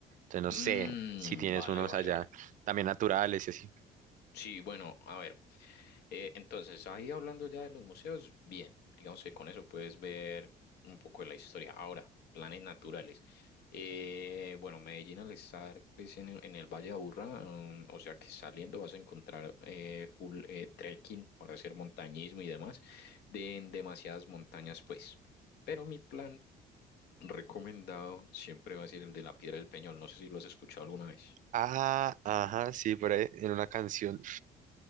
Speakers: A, on the right; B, on the left.
A: Entonces, no
B: Mm,
A: sé si tienes
B: vale,
A: unos
B: vale,
A: allá
B: vale.
A: también naturales y así.
B: Sí, bueno, a ver. Eh, entonces, ahí hablando ya de los museos, bien, digamos que con eso puedes ver un poco de la historia. Ahora, planes naturales. Eh, bueno, Medellín al estar pues, en, el en el Valle de Aburrá, mm, o sea que saliendo vas a encontrar eh, full eh, trekking para hacer montañismo y demás, de, en demasiadas montañas pues. Pero mi plan recomendado siempre va a ser el de la Piedra del Peñol. No sé si lo has escuchado alguna vez.
A: Ah, ajá, sí, por ahí en una canción.